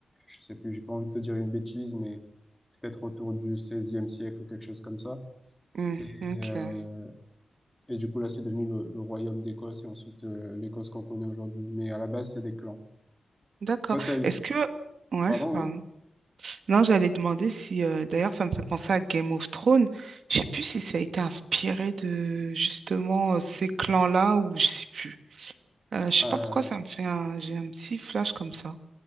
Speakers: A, in the centre; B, on the right (about 75°).
A: je sais plus, j'ai pas envie de te dire une bêtise, mais peut-être autour du 16 siècle ou quelque chose comme ça.
B: hmm,
A: Et,
B: ok,
A: euh, et du coup, là, c'est devenu le, le royaume d'Écosse et ensuite euh, l'Écosse qu'on connaît aujourd'hui. Mais à la base, c'est des clans.
B: d'accord.
A: Toi, t'as eu...
B: Est-ce que... Ouais,
A: Pardon,
B: pardon.
A: oui?
B: Non, j'allais demander si... euh, D'ailleurs, ça me fait penser à Game of Thrones. Je sais plus si ça a été inspiré de justement euh, ces clans-là ou je sais plus. Euh, je sais
A: Euh,
B: pas pourquoi ça me fait un... J'ai un petit flash comme ça.